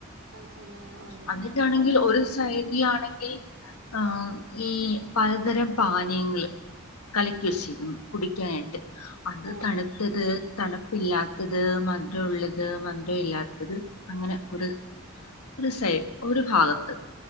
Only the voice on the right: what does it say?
അത് ശരി ആഹ് ഓരോ
സ്ഥലത്ത് ഓരോ
ആഹ്
ആഹ്